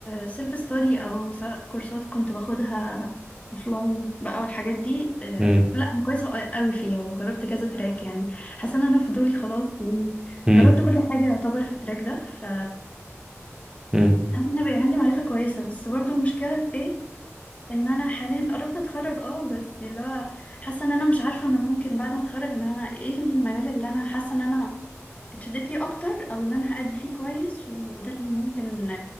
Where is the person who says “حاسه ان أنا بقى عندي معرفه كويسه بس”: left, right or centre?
Left